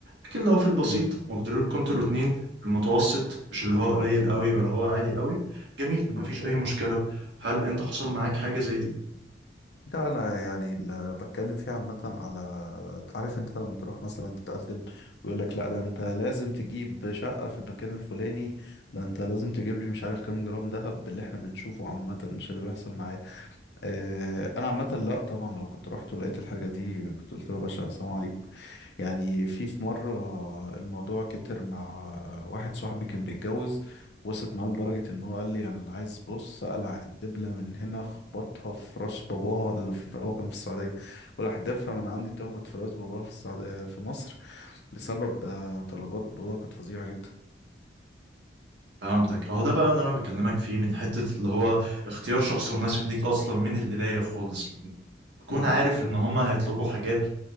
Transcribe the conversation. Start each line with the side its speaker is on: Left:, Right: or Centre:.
Right: لكن لو في البسيط
Left: امم
Right: مقدارين كنتوا الاتنين في المتوسط مش اللي هو قليل قوي ولا هو عالي قوي جميل
Left: امم
Right: مفيش أي مشكلة هل أنت حصل معاك حاجة زي دي؟
Left: ده انا يعني اللي بتكلم فيه عامه على عارف انت لما تروح مثلا تتقدم ويقول لك لا ده انت لازم تجيب شقه في المكان الفلاني ده انت لازم تجيب لي مش عارف كام جرام ذهب اللي احنا بنشوفه عامه مش اللي بيحصل معايا آه، انا عامه لا طبعا لو كنت رحت ولقيت الحاجه دي كنت قلت له يا باشا السلام عليكم يعني في في مره الموضوع كتر مع واحد صاحبي كان بيتجوز وصلت معاه لدرجه ان هو قال لي يعني انا عايز بص اقلع الدبله من هنا اخبطها في راس باباها اللي في هو كان في السعوديه ولا احدفها من عندي تخبط في راس باباها في السعوديه في مصر بسبب آه، طلبات باباها كانت فظيعه جدا
Right: فهمتك أهو ده بقى اللي أنا بكلمك فيه من حتة اللي هو اختيار شخص مناسب ليك أصلا من البداية خالص تكون
Left: امم
Right: عارف إن هما هيطلبوا حاجات